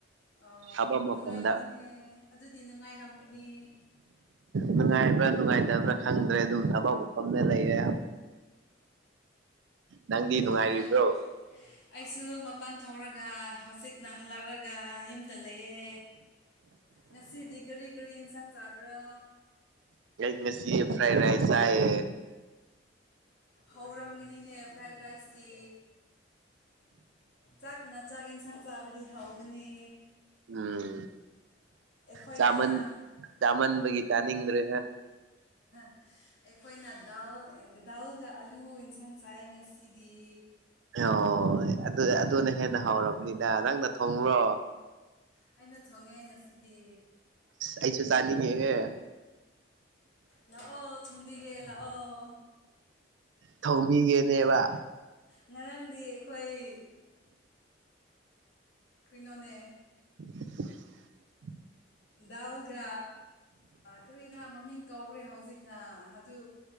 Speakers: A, on the left (about 65°); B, on the right (about 75°).
A: ꯑꯣ
B: ꯊꯕꯛ ꯃꯐꯝꯗ
A: ꯅꯨꯡꯉꯥꯏꯒꯅꯤꯅꯦ ꯑꯗꯨꯗꯤ ꯅꯨꯡꯉꯥꯏꯔꯝꯒꯅꯤ
B: ꯅꯨꯡꯉꯥꯏꯕ꯭ꯔꯥ ꯅꯨꯡꯉꯥꯏꯇꯕ꯭ꯔꯥ ꯈꯪꯗ꯭ꯔꯦ ꯑꯗꯨꯝ ꯊꯕꯥꯎ ꯄꯐꯝꯝꯅ ꯂꯩꯔꯦ ꯅꯪꯗꯤ ꯅꯨꯡꯉꯥꯏꯔꯤꯕ꯭ꯔꯣ
A: ꯅꯨꯡꯉꯥꯏ ꯑꯩꯁꯨ ꯃꯄꯥꯟ ꯊꯣꯛꯔꯒ ꯍꯧꯖꯤꯛꯅ ꯍꯜꯂꯛꯂꯒ ꯌꯨꯝꯗ ꯂꯩꯌꯦ ꯉꯁꯤꯗꯤ ꯀꯔꯤ ꯀꯔꯤ ꯌꯦꯟꯁꯥꯡ ꯆꯥꯕ꯭ꯔꯥ
B: ꯃꯦꯁꯤ ꯐ꯭ꯔꯥꯏ ꯔꯥꯏꯁ ꯍꯥꯏꯥꯏ
A: ꯍꯧꯔꯝꯒꯅꯤꯅꯦ ꯐ꯭ꯔꯥꯏꯠ ꯔꯥꯏꯁꯇꯤ ꯆꯥꯛꯅ ꯆꯥꯛ ꯌꯦꯟꯁꯥꯡ ꯆꯥꯕꯗꯤ ꯍꯧꯕꯅꯤ
B: ꯎꯝ
A: ꯑꯩꯈꯣꯏꯅ
B: ꯆꯃꯟ ꯆꯃꯟ
A: ꯎꯝ
B: ꯒꯤ ꯆꯥꯅꯤꯡꯗ꯭ꯔꯦ
A: ꯑꯩꯈꯣꯏꯅ ꯗꯥꯜ ꯗꯥꯎꯜꯒ ꯑꯥꯂꯨ ꯏꯟꯁꯥꯡ ꯉꯁꯥꯏ ꯉꯁꯤꯗꯤ
B: ꯍꯣꯏ ꯑꯗꯨ ꯑꯗꯨꯅ ꯍꯦꯟꯅ ꯍꯧꯔꯕꯅꯤꯅ ꯅꯪꯅ ꯊꯣꯡꯕꯨꯔꯣ
A: ꯑꯩꯅ ꯊꯣꯡꯉꯦ ꯑꯁꯤꯗꯤ
B: ꯑꯩꯁꯨ ꯆꯥꯅꯤꯡꯉꯦꯍꯦ
A: ꯂꯥꯛꯑꯣ ꯊꯣꯡꯕꯤꯒꯦ ꯂꯥꯛꯑꯣ
B: ꯊꯧꯕꯤꯒꯦꯅꯦꯕ
A: ꯉꯔꯥꯡꯗꯤ ꯑꯩꯈꯣꯏ ꯀ꯭ꯔꯤꯅꯅꯦ
B: <unintelligible>
A: ꯗꯥꯜꯒ ꯀꯔꯤꯗ ꯃꯃꯤꯡ ꯀꯧꯈ꯭ꯔꯦ ꯍꯧꯖꯤꯛꯅ ꯑꯗꯨ